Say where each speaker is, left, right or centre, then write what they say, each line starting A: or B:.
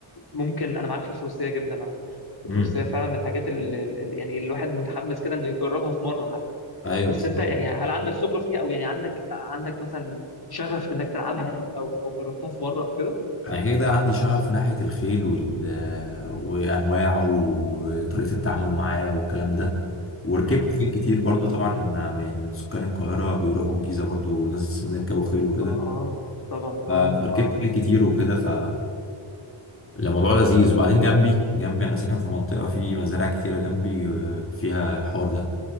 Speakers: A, on the left; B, on the left.
A: ممكن انا معاك في الفروسيه جدا على فكره الفروسيه
B: امم
A: فعلا من الحاجات اللي اللي- يعني الواحد متحمس كده انه يجربها في مره حتى
B: ايوه
A: بس
B: بالظبط
A: انت يعني هل عندك خبره فيها او يعني عندك عندك مثلا شغف انك تلعبها او او جربتها في مره او كده
B: انا كده كده عندي شغف ناحيه الخيل وال آه، وانواعه وطريقه التعامل معاه والكلام ده وركبت
A: امم
B: خيل كتير برضو طبعا آه، يعني من سكان القاهره بيروحوا الجيزه برضو ناس من يركبوا خيل وكده
A: اه طبعا اه
B: ف- فركبت
A: اه
B: خيل كتير وكده ف الموضوع لذيذ وبعدين جنبي جنبي انا ساكن في منطقه في مزارع كتيره جنبي آه، فيها الحوار ده